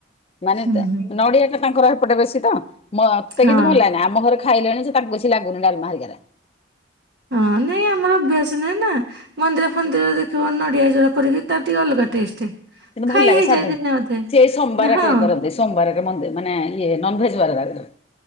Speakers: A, on the left; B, on the right.
A: ମାନେ
B: ହୁଁ
A: ତା
B: ହୁଁ
A: ନଡିଆ ଟା ତାଙ୍କର ହେପଟେ ବେଶୀ ତ ମତେ
B: ହଁ
A: କିନ୍ତୁ ଭଲ ଲାଗେନା ଆମ ଘରେ ଖା ଖାଇଲେଣି ସେ ତାଙ୍କୁ ବେସି ଲାଗୁନି ଡାଲମା ହେଇକାରା।
B: ହଁ ନାଇଁ ଆମର ଅଭ୍ୟାସ ନାହିଁ ନା ମନ୍ଦିର ଫନ୍ଦିରରେ ଦେଖିବ ନଡିଆ ଯୋଉ କୋରିକି ତାର ଟିକେ ଅଲଗା ଟେଷ୍ଟ।
A: କିନ୍ତୁ ଭଲ
B: ଖାଇ
A: ଲାଗେ
B: ହେଇଯାଏ
A: ସାଧା
B: ଦିନେ ଅଧେ
A: ସିଏ ସୋମବାର
B: ହଁ
A: ଆକାରରେ କରନ୍ତି। ସୋମବାରରେ ମନ୍ଦି ମାନେ ଇଏ ନନ୍ଭେଜ୍ ବାରଏରିକାରେ।